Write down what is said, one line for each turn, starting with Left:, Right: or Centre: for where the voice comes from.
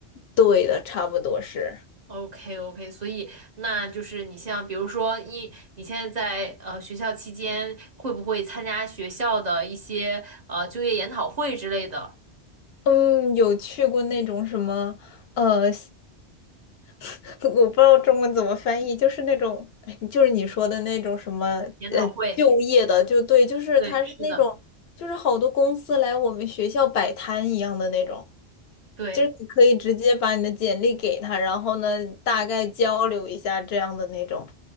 Left: 对的，差不多是。
Right: OK OK，所以那就是你像比如说一，你现在在呃学校期间会不会参加学校的一些呃就业研讨会之类的
Left: 嗯，有去过那种什么，呃，<laughs> 我不知道中文怎么翻译，就是那种，哎就是你说的那种什么
Right: 研讨会？
Left: 就业的，就对，就是他是那种，
Right: 对，是的，
Left: 就是好多公司来我们学校摆摊一样的那种，
Right: 对，
Left: 就是你可以直接把你的简历给他，然后呢，大概交流一下这样的那种，